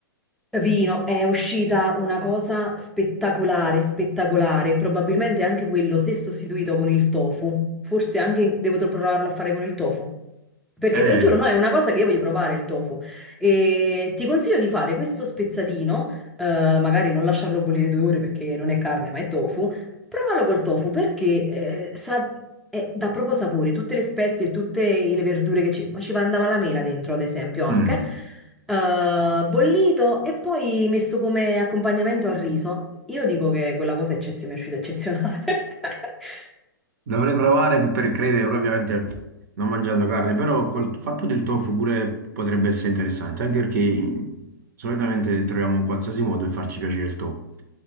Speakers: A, in the centre; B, on the right.
A: Vino, è uscita una cosa spettacolare, spettacolare. Probabilmente anche quello, se sostituito con il tofu, forse anche devo provarlo a fare con il tofu. Perché
B: Eh,
A: te lo giuro, no, è una cosa che io voglio provare il tofu. E ti consiglio di fare questo spezzatino, eh, magari non lasciarlo bollire due ore perché non è carne ma è tofu, Provalo col tofu perché eh, sa, eh, dà proprio sapore, tutte le spezie e tutte le verdure che ci... Ma ci andava la mela dentro, ad esempio, anche.
B: mm.
A: Eh, bollito e poi messo come accompagnamento al riso. Io dico che quella cosa è eccezio- mi è uscita eccezionale. <laughs>
B: Dovrei provare per, per credere, però ovviamente non mangiando carne, però col fatto del tofu pure potrebbe essere interessante, anche perché mm, solitamente troviamo qualsiasi modo per farci piacere il tofu.